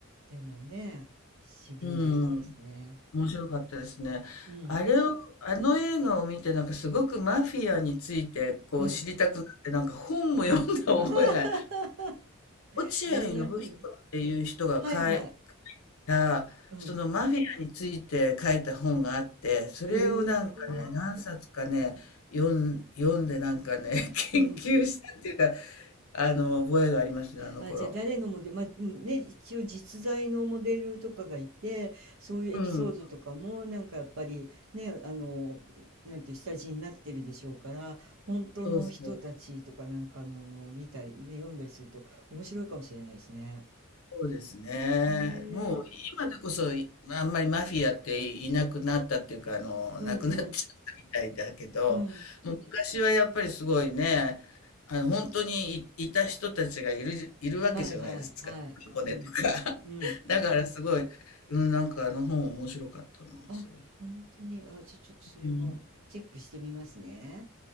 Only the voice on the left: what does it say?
うん。面白かったですね。
あれを、あの映画を見て、なんかすごくマフィアについてこう知りたくなって、
なんか本も読んだ覚えがある。
落合信
彦っていう人が書い
た、
そのマフィアについて書いた本があって、それをなんかね、
何冊かね、読ん、読んでなんかね、<laughs> 研究したっていうか、
あの、覚えがありますね、あの頃。
うん。
そうそう。
そうですね。
もう今でこそ、いまあんまりマフィアっていなくなったっていうか、あの、
なくなっちゃったみたいだけど、
もう昔はやっぱりすごいね、あの、本当にい、いた人たちがいる、いるわけじゃないですか。
<laughs> 箱根とか。
<laughs> だからすごい、うん、なんかあの本面白かったな、
それ。
うん。